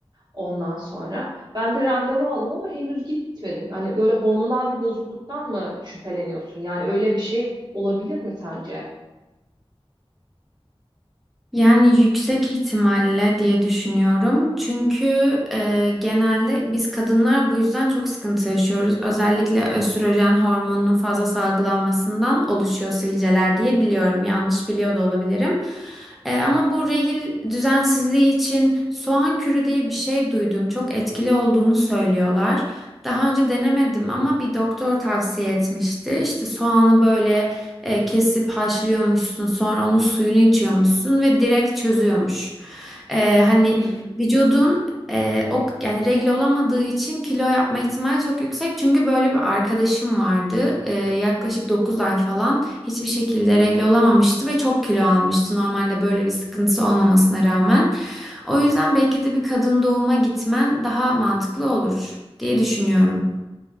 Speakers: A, on the right; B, in the centre.
A: Ondan sonra ben de randevu aldım ama henüz gitmedim. Hani böyle hormonal bir bozukluktan mı şüpheleniyorsun? Yani öyle bir şey olabilir mi sence?
B: Yani yüksek ihtimalle diye düşünüyorum. Çünkü e, genelde biz kadınlar bu yüzden çok sıkıntı yaşıyoruz. Özellikle östrojen hormonunun fazla salgılanmasından oluşuyor sivilceler diye biliyorum. Yanlış biliyor da olabilirim. E, ama bu regil düzensizliği için soğan kürü diye bir şey duydum. Çok etkili olduğunu söylüyorlar. Daha önce denemedim ama bir doktor tavsiye etmişti. İşte soğanı böyle e, kesip haşlıyormuşsun, sonra onun suyunu içiyormuşsun ve direkt çözüyormuş. E, hani
A: Hmm.
B: vücudun e, o yani regle olamadığı için kilo yapma ihtimali çok yüksek. Çünkü böyle bir arkadaşım vardı. E, yaklaşık 9 ay falan hiçbir şekilde regle olamamıştı ve çok kilo almıştı. Normalde böyle bir sıkıntısı olmamasına rağmen. O yüzden belki de bir kadın doğuma gitmen daha mantıklı olur diye düşünüyorum.